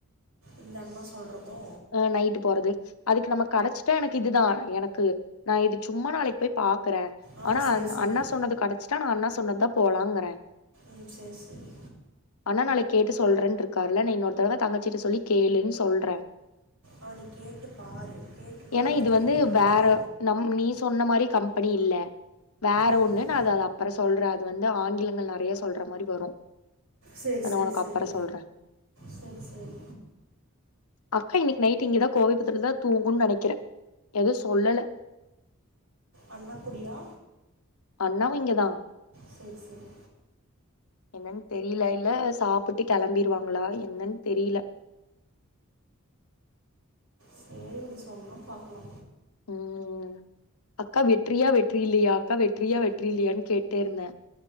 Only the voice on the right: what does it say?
இந்தண்ணா சொல்றது
ஆ
சரி சரி
ம் சேரி சேரி
அவன கேட்டு பாரு கேட்டு பார்த்துட்டு
என்னன்னு
பண்ணு
ஆ
ஆ
செரி
செரி
செரி
செரி செரி செரி
அண்ணக்குடியா
சேரி சேரி
சேரி விடு சொன்னா பாக்கலா